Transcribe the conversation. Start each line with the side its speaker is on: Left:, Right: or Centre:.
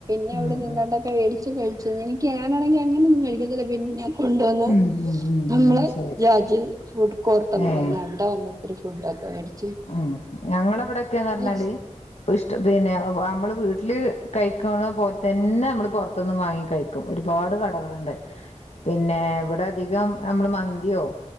Right: പിന്നെ
Left: ഉം
Right: അവിടെന്ന്
Left: ഉം
Right: എന്താണ്ടൊക്കെ
Left: ഉം
Right: വേടിച്ച് കഴിച്ചു. എനിക്ക് ഞാനാണങ്കി അങ്ങനെയൊന്നും കഴിക്കത്തില്ല പിന്നെ- കൊണ്ടുവന്നു
Left: ഉം ഉം ഉം
Right: നമ്മളെ
Left: ശരി
Right: രാജി ഫുഡ് കോർട്ട്ന്ന്
Left: ഏഹ്
Right: പറഞ്ഞ് അവിടെ വന്ന് ഇത്തിരി ഫുഡൊക്കെ <unintelligible>
Left: ആഹ് ഞങ്ങടിവിടെക്കെന്ന് പർഞ്ഞാല്
Right: ഐസ്
Left: പൂഷ്ഡ് പിന്നെ നമ്മള് വീട്ടില് കഴിക്കണ പോലെ തന്നെ നമ്മള് പോർത്തന്ന് വാങ്ങി കഴിക്കും. ക്കും. ഒരുപാട് കടകള്ണ്ട്. പിന്നെ ഇവിടെ അധികം നമ്മള് മന്തിയോ